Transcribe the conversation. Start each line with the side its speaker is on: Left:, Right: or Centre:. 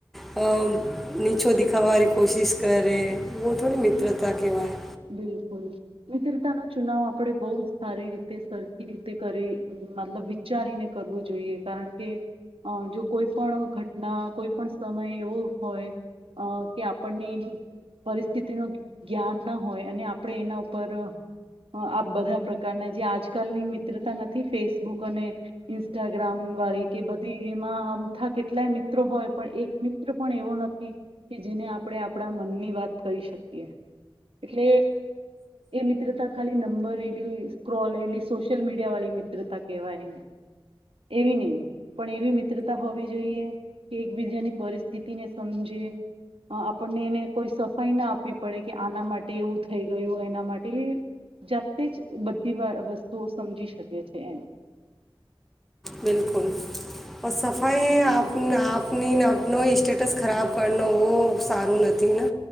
Centre: અ નીચું દિખાવાર કોશિશ કરે વો થોડી મિત્રતા કહેવાય
Right: બિલકુલ મિત્રતાનો ચુનાવ આપડે બહુ જ સારી રીતે સરખી રીતે કરી મતલબ વિચારીને કરવું જોઈએ. કારણ કે અ જો કોઈ પણ ઘટના કોઈ પણ સમય એવો હોય અ કે આપડને એની પરિસ્થિતિનું જ્ઞાન ના હોય અને આપડે એના ઉપર આ બધા પ્રકારના જે આજકાલની મિત્રતા નથી ફેસબુક અને ઇન્સ્ટાગ્રામ વાળી કે બધી એમાં અમથા કેટલાય મિત્રો હોય પણ એક મિત્ર પણ એવો નથી કે જેને આપડે આપડા મનની વાત કઈ શકીએ એટલે એ મિત્રતા ખાલી નંબર એ સ્ક્રોલ એટલી સોશિયલ મીડિયાવાળી મિત્રતા કેહેવાય એને એવી ની. પણ એવી મિત્રતા હોવી જોઈએ કે એકબીજાની પરિસ્થિતિને સમજે અ આપડને એને કોઈ સફાઈ ના આપવી પડે કે આના માટે એવું થઈ ગયું. એના માટે જાતે જ બધી વા વસ્તુઓ સમજી શકે છે એમ.
Centre: બિલકુલ. ઓર સફાઈ આપ આપની આપનો સ્ટેટસ ખરાબ કરનો વો સારું નથી ને.